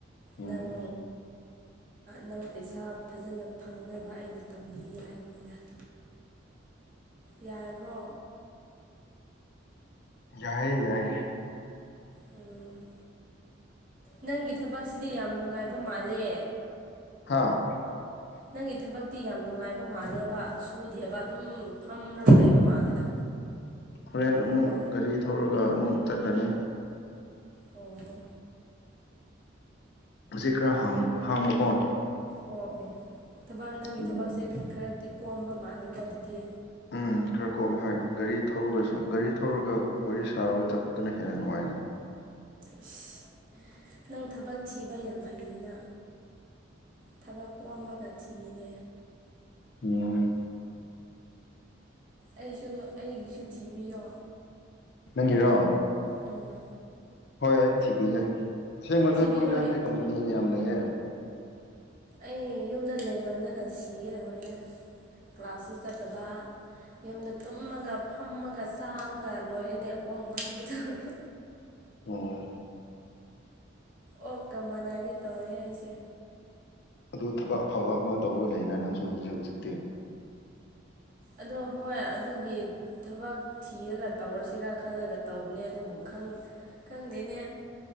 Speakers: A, on the left; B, on the right.
A: ꯎꯝ
B: ꯅꯪ
A: ꯎꯝ
B: ꯅꯪ ꯄꯩꯁꯥ ꯐꯖꯅ ꯐꯪꯅꯕ ꯑꯩꯅ ꯇꯝꯕꯤꯒꯦ ꯍꯥꯏꯕꯅꯤꯗꯥ ꯌꯥꯏꯕ꯭ꯔꯣ
A: ꯌꯥꯏꯌꯦ ꯌꯥꯏꯌꯦ
B: ꯇꯦ ꯎꯝ ꯅꯪꯒꯤ ꯊꯕꯛꯁꯤꯗꯤ ꯌꯥꯝ ꯅꯨꯡꯉꯥꯏꯕ ꯃꯥꯜꯂꯦ
A: ꯍꯥꯥ
B: ꯅꯪꯒꯤ ꯊꯕꯛꯇꯤ ꯌꯥꯝ ꯅꯨꯡꯉꯥꯏꯕ ꯃꯥꯜꯂꯦꯕ ꯁꯨꯗꯦꯕ ꯑꯗꯨꯝ ꯐꯝꯔꯒ ꯂꯩꯕ ꯃꯥꯜꯂꯦꯗ
A: ꯍꯣꯔꯦꯟ ꯑꯃꯨꯛ
B: ꯀꯣ
A: ꯒꯥꯔꯤ ꯊꯧꯔꯒ ꯑꯃꯨꯛ ꯆꯠꯂꯅꯤ
B: ꯑꯣ
A: ꯍꯨꯖꯤꯛ ꯈꯔ ꯍꯥꯡꯕ ꯍꯥꯡꯕꯀꯣ
B: ꯑꯣ ꯑꯣ ꯊꯕꯛ ꯅꯪꯒꯤ
A: ꯑꯗꯨꯒꯤ
B: ꯊꯕꯛꯁꯦ ꯈꯔꯗꯤ ꯀꯣꯝꯕ ꯃꯥꯜꯂꯦꯀꯣ ꯑꯗꯨꯗꯤ
A: ꯎꯝ ꯈꯔ ꯀꯣꯝ ꯍꯣꯢ ꯒꯥꯔꯤ ꯊꯧꯔꯒꯁꯨ ꯒꯥꯔꯤ ꯊꯧꯔꯒ ꯋꯥꯔꯤ ꯁꯥꯔ ꯆꯠꯄꯗꯨꯅ ꯍꯦꯟꯅ ꯅꯨꯡꯉꯥꯏꯗ
B: ꯢꯁ ꯅꯪ ꯊꯕꯛ ꯊꯤꯕ ꯌꯥꯝ ꯍꯩꯌꯦꯅꯥ ꯊꯕꯛ ꯀꯣꯝꯕꯒ ꯊꯤꯌꯦꯅꯦ
A: ꯎꯝ
B: ꯑꯩꯁꯨ ꯑꯩꯒꯤꯁꯨ ꯊꯤꯕꯤꯌꯣ
A: ꯅꯪꯒꯤꯔꯣ
B: ꯎꯝ
A: ꯍꯣꯏ ꯑꯩ ꯊꯤꯕꯤꯒꯦ ꯑꯁꯦꯡꯕ ꯅꯣꯏ
B: ꯊꯤꯕꯤꯌꯣ
A: ꯐꯝꯒꯦ ꯍꯥꯏꯔꯗꯤ ꯀꯝꯄꯅꯤꯒꯤ ꯌꯥꯝ ꯂꯩꯌꯦ
B: ꯑꯩ ꯌꯨꯝꯗ ꯂꯩꯃꯟꯗꯅ ꯁꯤꯒꯗꯧꯔꯤꯗ ꯀ꯭ꯂꯥꯁꯁꯨ ꯆꯠꯇꯕ ꯌꯨꯝꯗ ꯇꯨꯝꯃꯒ ꯐꯝꯃꯒ ꯆꯥꯕꯒ ꯂꯣꯏꯔꯦꯅꯦ ꯑꯣꯛ ꯃꯥꯟꯒꯗꯧꯔꯦ
A: ꯎꯝ
B: ꯑꯣꯛꯀ ꯃꯥꯅꯒꯦ ꯇꯧꯔꯦ ꯑꯩꯁꯦ
A: ꯑꯗꯨ ꯊꯕꯛ ꯑꯐꯕ ꯑꯃ ꯇꯧꯔꯒ ꯂꯩꯌꯦꯅ ꯅꯪꯁꯨ ꯍꯧꯖꯤꯛ ꯍꯧꯖꯤꯛꯇꯤ
B: ꯑꯗꯣ ꯍꯣꯏ ꯑꯗꯨꯒꯤ ꯊꯕꯛ ꯊꯤꯔꯒ ꯇꯧꯔꯁꯤꯔ ꯈꯜꯂꯒ ꯇꯧꯕꯅꯦ ꯑꯗꯨꯕꯨ ꯈꯪ ꯈꯪꯗꯦꯅꯦ